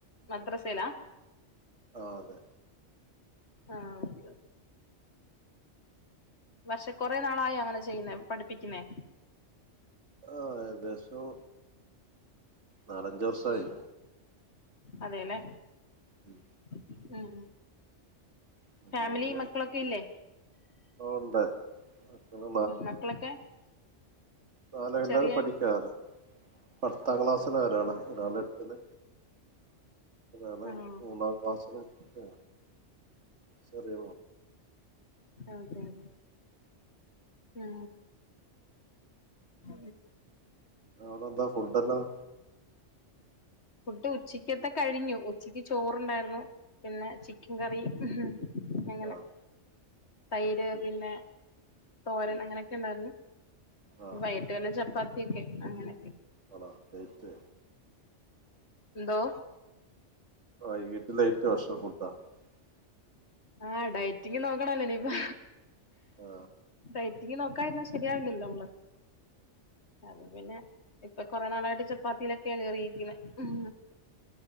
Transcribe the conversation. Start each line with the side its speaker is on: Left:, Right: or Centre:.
Left: മത്ര്രസേലാ
Right: ആ അതെ
Left: ആഹ ഓക്കെ പക്ഷെ കൊറെ നാളായി അങ്ങനെ ചെയ്യുന്ന പഠിപ്പിക്കുന്നേ
Right: ആ ഏകദേശം നാലഞ്ച വർഷമായി
Left: അതെല്ലേ
Right: ഉം
Left: ആഹ <unintelligible>
Right: പിന്നെ
Left: ഫാമിലി മക്കളൊക്കെ ഇല്ലേ
Right: ഉണ്ട് മക്കള്
Left: മക്കളൊക്കെ
Right: പാാല എല്ലാരും
Left: ചെറിയ
Right: പഠിക്കാറ് പത്താം ക്ലാസ്സില് ഒരാള് ഒരാള് എട്ടില് അാണ്
Left: ആഹ്
Right: മൂന്നാം ക്സില് അ ശരി
Left: അതെ അതെ ആ ഉ
Right: അടെ എന്താ ഫുഡ്ല്ലാം
Left: ഫുഡ് ഉച്ചക്ക്തെ കഴിഞ്ഞു ഉച്ചക്ക് ചോറുണ്ടായിരുന്നു പിന്നെ ചിക്കൻ കറി <unintelligible> എങ്ങനെ
Right: ആഹ്
Left: തൈര്
Right: ഉം
Left: പിന്നെ തോരൻ
Right: ഉം
Left: അങ്ങനെയൊക്കെ ഉണ്ടായിരുന്നു
Right: ആഹ്
Left: വൈകിട്ട് വല്ല ചപ്പാത്തി ക്കെ അങ്ങനെ
Right: ആണോ ചയ്റ്റ്
Left: ദോ
Right: വൈകീട്ട് ലേറ്റ് <unintelligible>
Left: ആഡയറ്റിങ് നോക്കണല്ലേ നീപ്പൊ
Right: ആ
Left: ഡെയ്റ്റിങ് നോക്കതിരുന്നാൽ ശരിയാവില്ലല്ലോ നമ്മള് അത് പിന്നെ ഇപ്പൊ കൊറെ നാളായിട്ട് ചപ്പാത്തിയിലൊക്കെകേറി യിരിക്കുന്നെ ഉം